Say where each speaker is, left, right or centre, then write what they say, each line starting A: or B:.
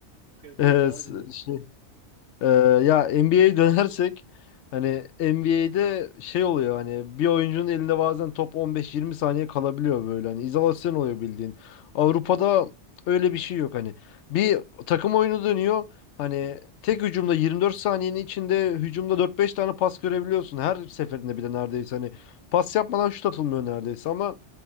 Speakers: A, on the right; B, on the left.
A: Evet
B: Ee,
A: evet devam
B: s-
A: edelim.
B: şey, Ee, ya NBA'ye dönersek hani NBA'de şey oluyor hani bir oyuncunun elinde bazen top 15-20 saniye kalabiliyor böyle hani izolasyon oluyor bildiğin. Avrupa'da öyle bir şey yok hani. Bir takım oyunu dönüyor. Hani tek hücumda 24 saniyenin içinde hücumda dört beş tane pas görebiliyorsun. Her seferinde bir de neredeyse hani pas yapmadan şut atılmıyor neredeyse ama